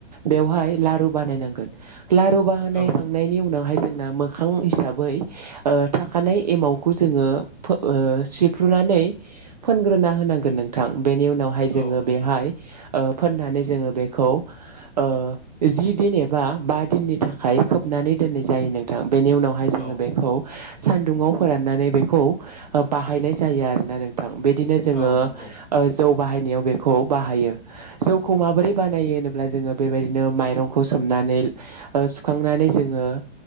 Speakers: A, on the right (about 35°); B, in the centre.
A: बेवहाय लारू बाहायनांगोन लारू बानायखांनायनि
B: औ
A: उनावहाय जोङो ओ मोखां हिसाबै ओ थाखानाय एमावखौ जोङो ओ सिफ्रुनानै फोनग्रोना होनांगोन नोंथां बेनि उनावहाय जोङो
B: औ नंगौ
A: बेहाय ओ फोननानै जोङो बेखौ ओ जि दिन एबा बा दिननि थाखाय खोबनानै दोननाय जायो नों थां बेनि उनावहाय जोङो
B: औ
A: बेखौ सान्दुंङाव फोराननानै बेखौ बाहायनाय जायो आरोना नों थां बिदिनो जोङो
B: औ नंगौ
A: जौ बाहायनायाव बेखौ बाहायो जौखौ माबोरै बानायो होनोब्ला जोङो बेबायदिनो माइरंखौ सोमनानै सुखांनानै जोङो